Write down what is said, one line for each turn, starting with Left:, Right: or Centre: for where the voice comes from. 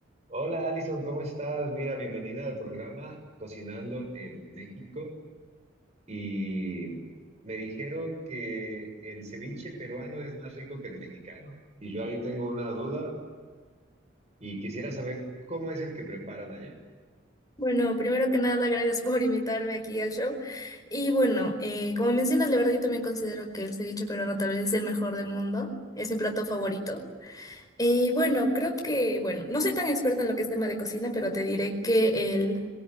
Right: Hola Alison, ¿cómo estás? Mira, bienvenida al programa Cocinando en México. Y me dijeron que el ceviche peruano es más rico que el mexicano. Y yo ahí tengo una duda y quisiera saber cómo es el que preparan allá.
Left: Bueno, primero que nada, gracias por invitarme aquí al show. Y bueno, eh, como mencionas, la verdad yo también considero que el ceviche peruano tal vez es el mejor del mundo, es mi plato favorito. Eh, y bueno, creo que, bueno, no soy tan experta en lo que es tema de cocina, pero te diré que el